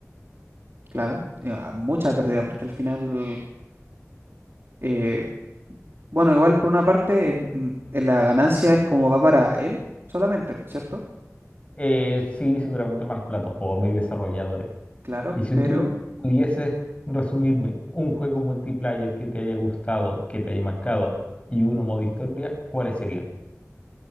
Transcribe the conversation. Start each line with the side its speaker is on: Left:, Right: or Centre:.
Right: Claro, eh, ah, mucha pérdida, porque al final, eh, bueno, igual por una parte, es m- eh, la ganancia es como va para él solamente, ¿cierto?
Left: Eh, sí, seguramente más las plataformas y desarrolladores.
Right: Claro,
Left: Y si
Right: pero
Left: tú pudieses resumirme un juego multiplayer que te haya gustado, que te haya marcado, y uno modo historia, ¿cuáles serían?